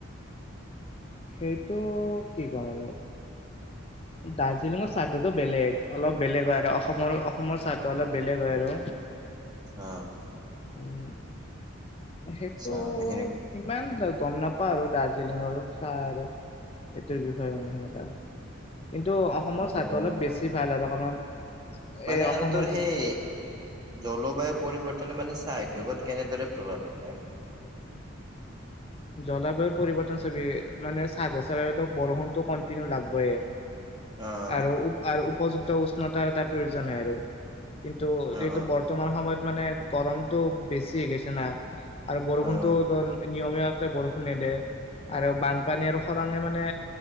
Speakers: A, on the left; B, on the right.
A: সেইটো কি কওঁ আৰু দাৰ্জিলিঙৰ চাহতটো বেলেগ। অলপ বেলেগ হয় আৰু অসমৰ অসমৰ চাহটো অলপ বেলেগ হয় আৰু।
B: অ'।
A: উম। সেইটো
B: আচ্ছা মানে সেনে
A: সিমান গম নাপাওঁ আৰু দাৰ্জিলিঙৰ চাহ আৰু। এইটোৰ বিষয়ে মানে সেনেকুৱা। কিন্তু অসমৰ
B: অ',
A: চাহটো অলপ বেছি
B: অ',
A: ভাল আৰু কাৰণ এ
B: মানে আৰু
A: অসমৰ
B: তোৰ সেই
A: যি
B: জলবায়ু পৰিৱৰ্তনে মানে চাহ উদ্যোগত কেনেদৰে প্ৰভাৱ পেলায়?
A: জলবায়ুৰ পৰিৱৰ্তন চবি মানে চাহাগছৰ বৰষুণতো কণ্টিনিউ লাগবইয়ে।
B: অ',
A: আৰু আৰু উপযুক্ত উষ্ণতা তাৰ প্ৰয়োজন হয় আৰু কিন্তু
B: অ',
A: যিহেতু
B: অ',
A: বৰ্তমান সময়ত মানে গৰমটো বেছি হৈ গেছে না আৰু বৰষুণতো
B: অ',
A: নিয়মীয়া কে বৰষুণে নিদিয়ে। আৰু বানপানী আৰু খৰাঙে মানে